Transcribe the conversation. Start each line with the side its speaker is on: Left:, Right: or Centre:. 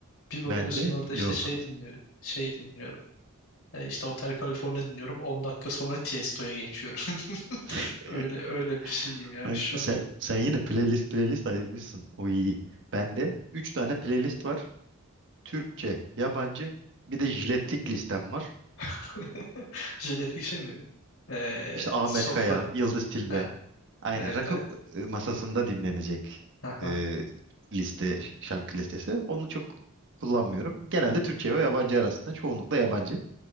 Left: Bir bakıyorsun
Right: Bende
Left: orada
Right: yok.
Left: işte şey dinliyor. Şey dinliyorum. E, işte Hotel California dinliyorum. 10 dakika sonra Tiesto'ya geçiyorum. <laughs>
Right: <laughs>
Left: Öyle öyle bir şeyim yani
Right: Bak
Left: şu
Right: sen,
Left: an.
Right: sen yine playlist playlist ayırmışsın. O iyi. Bende 3 tane playlist var. Türkçe, yabancı, bir de jiletlik listem var.
Left: <laughs> Jiletlik şey mi? E,
Right: İşte Ahmet
Left: sofra.
Right: Kaya, Yıldız Tilbe.
Left: Ha,
Right: Aynen
Left: evet
Right: rakı
Left: evet.
Right: e, masasında dinlenecek
Left: Aha.
Right: e, liste, şarkı listesi. Onu çok kullanmıyorum. Genelde Türkçe ve yabancı arasında. Çoğunlukla yabancı.